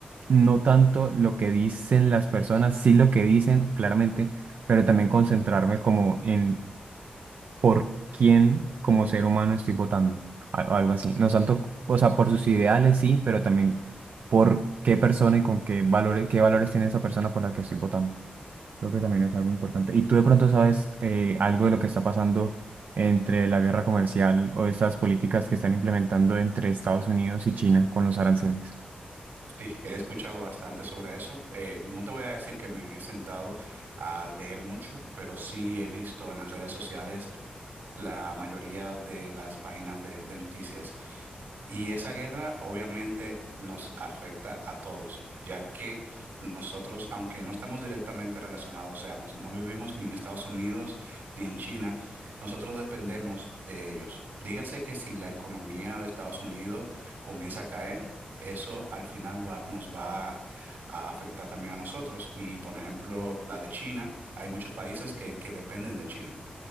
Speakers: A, on the right; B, on the right.
A: no tanto lo que dicen las personas, sí lo que dicen, claramente, pero también concentrarme como en por quién como ser humano estoy votando, al- algo así. No tanto, o sea, por sus ideales sí, pero también por qué persona y con qué valores, qué valores tiene esa persona por la que estoy votando. Creo que también es algo importante. ¿Y tú de pronto sabes eh, algo de lo que está pasando entre la guerra comercial o estas políticas que están implementando entre Estados Unidos y China con los aranceles?
B: Sí, he escuchado bastante sobre eso. Eh, no te voy a decir que me he sentado a leer mucho, pero sí he visto en las redes sociales la mayoría de las páginas de, de noticias. Y esa guerra obviamente nos afecta a todos, ya que nosotros, aunque no estamos directamente relacionados, o sea, nos- no vivimos ni en Estados Unidos ni en China, nosotros dependemos de ellos. Dígase que si la economía de Estados Unidos comienza a caer, eso al final va- nos va a afectar también a nosotros. Y por ejemplo, la de China, hay muchos países que que dependen de China.